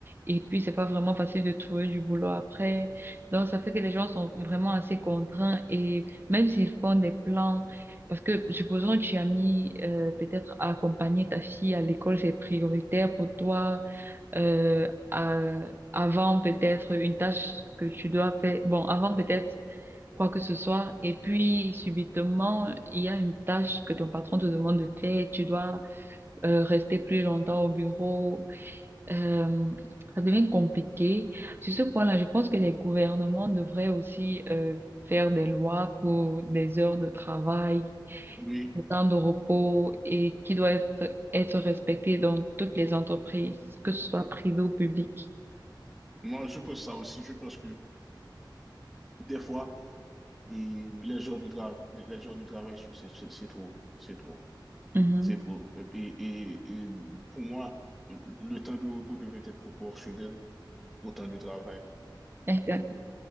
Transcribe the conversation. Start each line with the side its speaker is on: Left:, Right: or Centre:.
Right: Et puis, c'est pas vraiment facile de trouver du boulot après. Donc, ça fait que les gens sont vraiment assez contraints et même s'ils font des plans, parce que supposons que tu as mis euh, peut-être à accompagner ta fille à l'école, c'est prioritaire pour toi euh, à- avant peut-être une tâche que tu dois faire. Bon, avant peut-être quoi que ce soit. Et puis, subitement, il y a une tâche que ton patron te demande de faire. Tu dois euh, rester plus longtemps au bureau. Euh, ça devient compliqué. Sur ce point-là, je pense que les gouvernements devraient aussi euh, faire des lois pour des heures de travail,
Centre: Oui,
Right: des temps de repos et qui doivent être respectées dans toutes les entreprises, que ce soit privées ou publiques.
Centre: moi, je pense ça aussi. Je pense que <clears throat> des fois, et les jours de travail, les jours du travail, sont- c'est c'est- c'est trop. C'est trop.
Right: Mhm.
Centre: C'est trop. Et, et, et pour moi, le temps de repos devait être proportionnel au temps de travail.
Right: Exact.